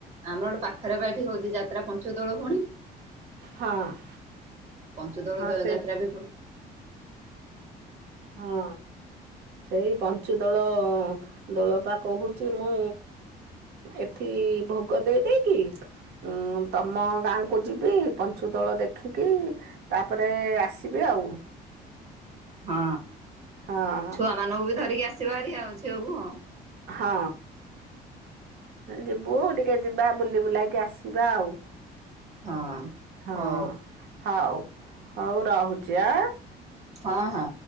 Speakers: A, on the right; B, on the right.
A: ଆମର ଗୋଟେ ପାଖରେ ବା ଏଠି ହଉଛି ଯାତ୍ରା ପଞ୍ଚଦୋଳ ଭଉଣୀ।
B: ହଁ।
A: ପଞ୍ଚଦୋଳ
B: ହଁ
A: ଦ
B: ସେ
A: ଯାତ୍ରା ବି
B: ହଁ ସେଇ ପଞ୍ଚୁଦୋଳ ଦୋଳପା କହୁଚି ମୁଁ ଏଠି ଭୋଗ ଦେଇଦେଇକି ଉଁ ତମ ଗାଁକୁ ଯିବି ପଞ୍ଚୁଦୋଳ ଦେ ଖିକି ତାପରେ ଆସିବି ଆଉ।
A: ହଁ
B: ହଁ
A: ଛୁଆ ମାନଙ୍କୁ ବି ଧରିକି ଆସିବହାରି ଆଉ ଝିଅକୁ ଆଉ।
B: ହଁ। ଯିବୁ ଟିକେ ଯିବା ବୁଲି ବୁଲାକି ଆସିବା ଆଉ।
A: ହଁ
B: ହଁ
A: ହଉ
B: ହଉ ହଉ ରହୁଚି ଆ।
A: ହଁ ହଁ।